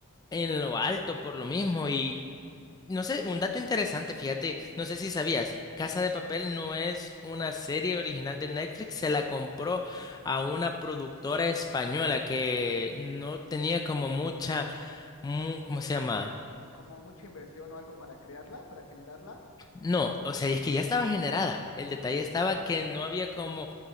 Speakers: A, on the left (about 15°); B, on the left (about 75°).
A: en lo alto por lo mismo y no sé, un dato interesante, fíjate, no sé si sabías, Casa de Papel no es una serie original de Netflix, se la compró a una productora española que no tenía como mucha, mu- ¿cómo se llama?
B: como mucha inversión o algo para crearla, para generarla.
A: No, o sea, es que ya estaba generada. El detalle estaba que no había como